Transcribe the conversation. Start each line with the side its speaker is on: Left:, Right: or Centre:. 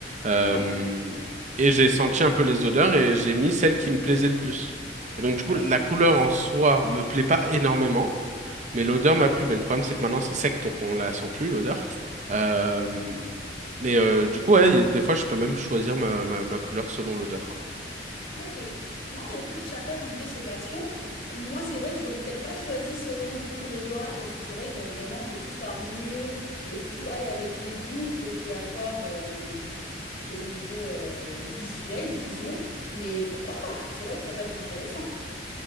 Right: Euh,
Left: Ouais.
Right: et j'ai senti un peu les odeurs et j'ai mis celle qui me plaisait le plus. Et donc
Left: En
Right: du coup,
Left: vrai,
Right: la
Left: c'est sympa.
Right: couleur en soi me plaît pas énormément. Mais l'odeur m'a plu. Mais le problème, c'est que maintenant, c'est sec, donc on la sent plus, l'odeur. Euh, mais euh, du coup, ouais, y a- des fois, je peux même choisir ma, ma, ma couleur selon l'odeur, quoi.
Left: Ok. Non, mais écoute, chacun, comme je dis, ses passions. Moi, c'est vrai que j'aurais peut-être pas choisi selon du coup l'odorat parce que c'est vrai que j'aime vraiment que tout soit harmonieux et que tout aille avec les goûts que je vais avoir euh, au niveau euh, visuel, disons. Mais pourquoi pas? C'est vrai que ça peut être intéressant.